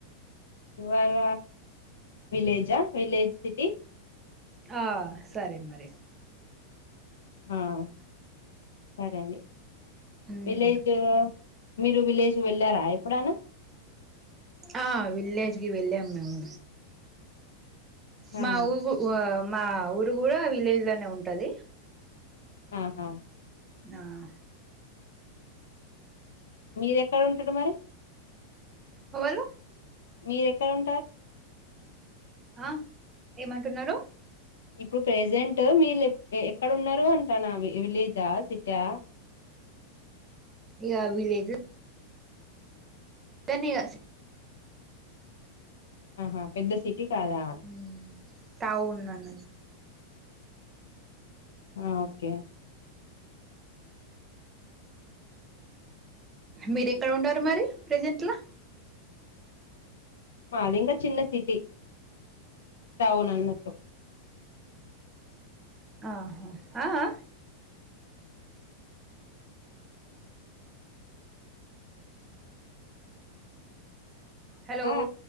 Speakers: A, on the left; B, on the right.
A: ఇవాళ విలేజా విలేజ్ సిటీ.
B: ఆహ్ సరే మరి.
A: ఆహ్ సరే అండి.
B: ఉమ్,
A: విలేజ్. మీరు విలేజ్ వెళ్ళారా ఎప్పుడన్నా.
B: ఆహ్ విలేజ్ కి వెళ్ళాం మేము. మా
A: ఆ
B: ఊ ఊ ఆహ్ ఆమ్. మా ఊరు కూడా విలేజ్ లనే ఉంటది.
A: ఆహా.
B: ఆహ్.
A: మీరేక్కడ ఉంటారు మరి.
B: ఎవలు.
A: మీరు ఎక్కడ ఉం
B: ఆ ఏమంటున్నారు
A: ఇప్పుడు ప్రెజెంట్ మీరు ఎక్కడ ఉన్నారు అంటాను విలేజా సిటీ ఆ
B: ఇగ విలేజ్ ఎన్ని గాసి
A: ఆహా పెద్ద సిటీ కాదా
B: మ్ టవున్నా అన
A: ఆ ఓకే
B: మీరు ఎక్కడ ఉండారు మరి ప్రెజెంట్లా
A: మాదింకా చిన్న సిటీ టౌన్ అన్నట్టు
B: ఆహా ఆ ఆ హలో
A: హ